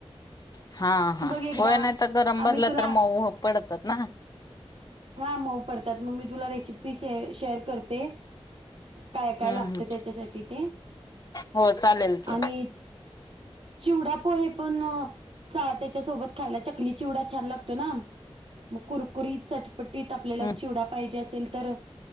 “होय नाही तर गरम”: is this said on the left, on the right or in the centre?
Left